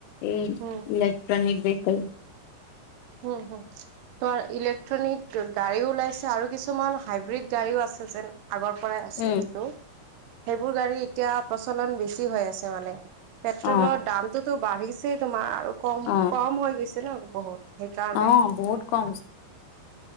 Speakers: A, on the left (about 80°); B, on the right (about 80°).
A: এই
B: উম,
A: ইলেক্ট্ৰনিক ভেৰিকল
B: উম হুম ত ইলেকট্ৰনিক গাড়ী ওলাইছে আৰু কিছুমান হাইব্ৰীড গাড়ীও আছে। ছে যেন আগৰ পৰাই আছে
A: উম
B: সেইটো সেইবোৰ গাড়ী এতিয়া প্ৰচলন বেছি হৈ আছে মানে পেট্ৰলৰ
A: অ
B: দামটোতো বাঢ়িছেই তোমাৰ আৰু কম
A: অ
B: কম হৈ গৈছে ন বহুত সেইকাৰণে।
A: অ বহুত কম।